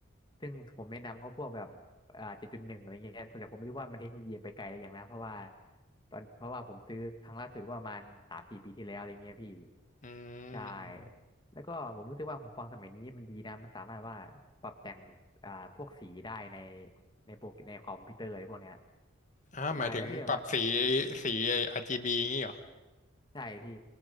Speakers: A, on the left; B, on the left.
A: ซึ่งผมแนะนำเขาพวกแบบอ่าเจ็ดจุดหนึ่งอะไรเงี้ยแต่ผมไม่รู้ว่ามันเทคโนโลยีไปไกลอะไรอย่างนะเพราะว่าตอนเพราะว่าผมซื้อครั้งล่าสุดก็ประมาณสามสี่ปีที่แล้วอะไรเงี้ยพี่
B: อื
A: ใช่
B: ม
A: แล้วก็ผมรู้สึกว่าหูฟังสมัยนี้มันดีนะมันสามารถว่าปรับแต่งอ่าพวกสีได้ในในโปรในคอมพิวเตอร์อะไรพวกเนี้ย
B: อ่าหมายถึงปรับสี
A: ใช่แล้วพี่แบบว่า
B: สีไอ้ RGB งี้เหรอ
A: ใช่พี่